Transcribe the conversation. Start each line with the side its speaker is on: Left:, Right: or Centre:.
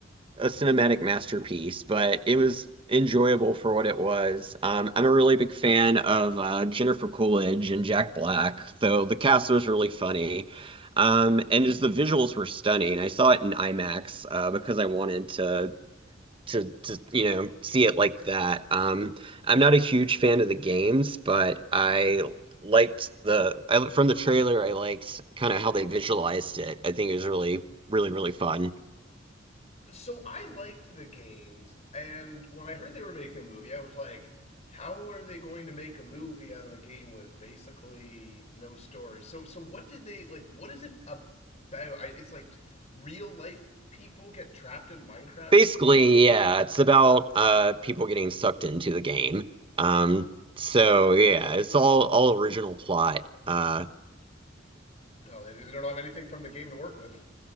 Right: a cinematic masterpiece, but it was enjoyable for what it was. Um, I'm a really big fan of uh, Jennifer Coolidge and Jack Black, so the cast was really funny. Um, and just the visuals were stunning. I saw it in IMAX uh, because I wanted to to to you know see it like that. Um, I'm not a huge fan of the games, but I liked the I from the trailer. I liked kind of how they visualized it. I think it was really, really, really fun.
Left: So I liked the games, and when I heard they were making a movie, I was like, how are they going to make a movie out of a game with basically no story? So, so what did they like? What is it about? I, it's like real life people get trapped in Minecraft
Right: Basically,
Left: world.
Right: yeah, it's about uh people getting sucked into the game. Um, so yeah, it's all all original plot. Uh,
Left: No, they, they don't have anything from the game to work with.